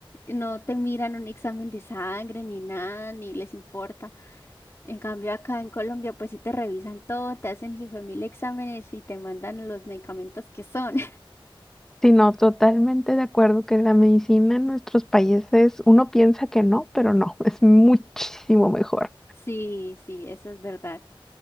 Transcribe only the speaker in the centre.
Sí, no, totalmente de acuerdo que la medicina en nuestros países, uno piensa que no, pero no, <laughs> es muchísimo mejor.